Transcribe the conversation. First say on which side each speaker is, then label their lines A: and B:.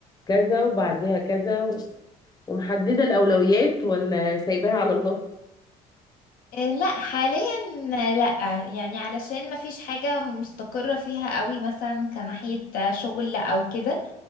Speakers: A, on the left; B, on the left.
A: كذا وبعديها كذا و... ومحدده الاولويات ولا سايباها على الله
B: إيه، لا حاليا لا يعني علشان ما فيش حاجة مستقرة فيها قوي مثلا كناحية شغل او كده